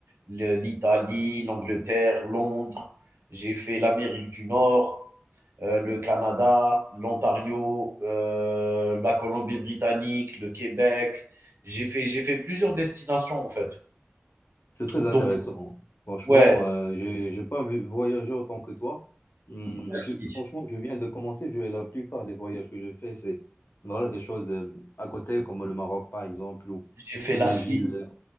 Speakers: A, on the right; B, on the left.
A: le- l'Italie, l'Angleterre, Londres, j'ai fait l'Amérique du Nord euh, le Canada, l'Ontario, euh, la Colombie-Britannique, le Québec. J'ai fait, j'ai fait plusieurs destinations en fait.
B: C'est très
A: Donc,
B: intéressant. Franchement,
A: ouais,
B: euh, j'ai, j'ai pas vu- voyagé autant que toi. Hum,
A: merci.
B: je- franchement, je viens de commencer. Je, la plupart des voyages que je fais, c'est voilà, des choses euh, à côté, comme le Maroc, par exemple, ou,
A: J'ai fait
B: ou
A: la
B: des
A: Suisse,
B: villes. euh,